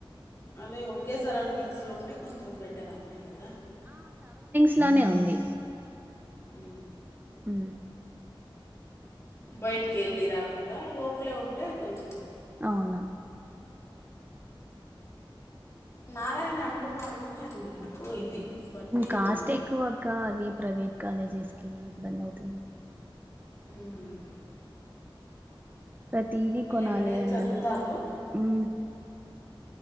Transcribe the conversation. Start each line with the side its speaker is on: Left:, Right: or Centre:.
Left: అలాగ ఒకే సరౌండింగ్స్లో ఉంటే కొంచెం బెటర్ అమ్మాయి కదా
Right: ఇట్లానే ఉంది
Left: ఉ
Right: అ
Left: బయటికి వెళ్ళి రాకుండా లోపలే ఉంటే కొంచెం
Right: అవునా
Left: నారాయణ అంటున్నారు కానీ అది ఎక్కువ ఇది బట్టి
Right: కాస్ట్
Left: ఇదాను
Right: ఎక్కువ అక్క అవి ప్రైవేట్ కాలేజెస్ కి ఇబ్బంది అవుతు
Left: హ్మ్మ్ అవును
Right: ప్రతిదీ కొనాలి
Left: ఎక్కడైనా
Right: అందులో
Left: చదువుతారు
Right: ఉ